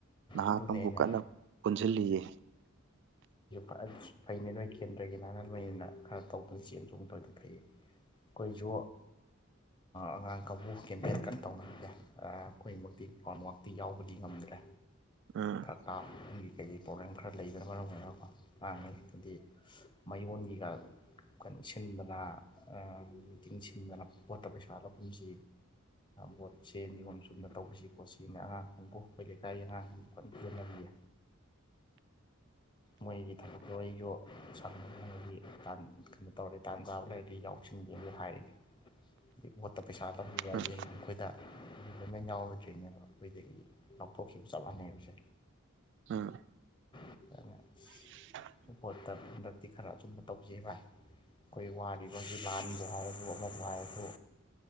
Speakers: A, on the right (about 60°); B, on the left (about 25°).
A: ꯅꯍꯥꯛꯀ
B: ꯑꯗꯨꯅꯦ
A: ꯑꯃꯕꯨ
B: ꯑꯩꯅ
A: ꯀꯟꯅ ꯄꯨꯟꯁꯤꯜꯂꯤꯌꯦ
B: ꯑ ꯑꯩꯁꯨ ꯐꯩꯅꯦ ꯅꯣꯏ ꯀꯦꯟꯗ꯭ꯔꯒꯤꯅꯅ ꯅꯣꯏꯅ ꯈꯔ ꯇꯧꯕꯅ ꯆꯦꯟ ꯆꯣꯡꯕꯗꯤ ꯐꯩꯌꯦ ꯑꯩꯈꯣꯏꯁꯨ ꯑꯉꯥꯡ ꯀꯥꯡꯕꯨ ꯀꯦꯝꯄꯦꯟ ꯀꯟꯅ ꯇꯧꯅꯁꯦ ꯑꯩꯈꯣꯏꯃꯛꯇꯤ ꯒ꯭ꯔꯥꯎꯟꯋꯔꯥꯛꯇꯤ ꯌꯥꯎꯕꯗꯤ ꯉꯝꯗ꯭ꯔꯦ
A: ꯎꯝ
B: ꯇꯞꯒꯤ ꯀꯩꯒꯤ ꯄ꯭ꯔꯣꯕ꯭ꯂꯦꯝ ꯈꯔ ꯂꯩꯕꯅ ꯃꯔꯝ ꯑꯣꯏꯔꯒꯀꯣ ꯉꯥꯡꯩ ꯍꯥꯏꯗꯤ ꯃꯩꯕꯉꯒ ꯀꯩꯅꯣ ꯁꯤꯟꯗꯅ ꯃꯤꯇꯤꯡ ꯁꯤꯟꯗꯅ ꯄꯣꯠꯇ ꯄꯩꯁꯥ ꯂꯧꯐꯝꯁꯤ ꯕꯣꯠꯁꯦ ꯅꯤꯌꯣꯝ ꯆꯨꯝꯅ ꯇꯧꯕꯁꯤ ꯀꯣꯠꯁꯤꯅ ꯑꯉꯥꯡ ꯈꯪꯕꯨ ꯑꯩꯈꯣꯏ ꯂꯩꯀꯥꯏꯒꯤ ꯑꯉꯥꯡ ꯈꯕꯨ ꯀꯟꯕꯅꯕꯤꯌꯦ ꯃꯣꯏꯒꯤ ꯊꯕꯛꯇꯣ ꯑꯩꯁꯨ ꯁꯥꯟꯅꯕꯒꯤꯥꯟ ꯀꯩꯅꯣ ꯇꯧꯔꯦ ꯇꯥꯟ ꯀꯥꯕ ꯂꯩꯔꯗꯤ ꯌꯥꯎꯔꯦ ꯂꯧ ꯂꯧꯆꯟꯒꯦꯗ ꯍꯥꯏꯔꯤꯅꯤ <unintelligible> ꯃꯍꯨꯠꯇ ꯄꯩꯁꯥ ꯇꯝꯕ ꯍꯥꯏꯁꯦ ꯍꯌꯦꯡ
A: ꯎꯝ
B: ꯑꯩꯈꯣꯏꯗ ꯑꯗꯨ ꯂꯣꯏꯅ ꯌꯥꯎꯔꯗꯣꯏꯅꯦꯕ ꯑꯩꯈꯣꯏꯗꯒꯤ ꯂꯧꯊꯣꯛꯈꯤꯕ ꯆꯞ ꯃꯥꯟꯅꯩꯕꯁꯦ
A: ꯑ
B: <unintelligible>
A: <unintelligible>
B: ꯄꯣꯠꯇ ꯍꯟꯗꯛꯇꯤ ꯈꯔ ꯑꯆꯨꯝꯕ ꯇꯧꯖꯩ ꯚꯥꯏ ꯑꯩꯈꯣꯏ ꯋꯥꯔꯤꯕ ꯍꯧꯖꯤꯛ ꯂꯥꯟꯕꯨ ꯍꯥꯏꯔꯁꯨ ꯑꯃꯕꯨ ꯍꯥꯏꯔꯁꯨ